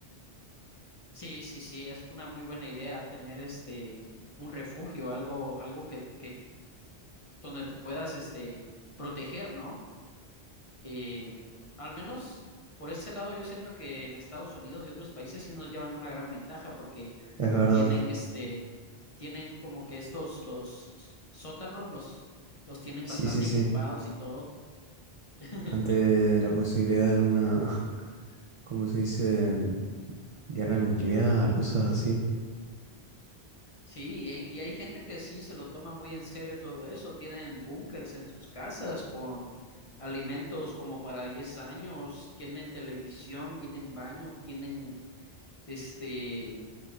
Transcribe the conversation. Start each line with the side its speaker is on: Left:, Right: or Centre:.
Left: Sí, sí, sí, es una muy buena idea tener este un refugio, algo, algo que, que donde te puedas este proteger, ¿no? Y al menos por ese lado yo siento que en Estados Unidos y otros países sí nos llevan una gran ventaja porque
Right: es verdad.
Left: tienen este, tienen como que estos, los sótanos, los, los tienen
Right: Sí,
Left: bastante
Right: sí, sí.
Left: equipados y todo. <laughs>
Right: ante la posibilidad de alguna, <laughs> ¿cómo se dice? em, Guerra nuclear, cosas así.
Left: Sí, y hay, y hay gente que sí se lo toma muy en serio todo eso. Tienen búnkers en sus casas con alimentos como para 10 años, tienen televisión, tienen baño, tienen este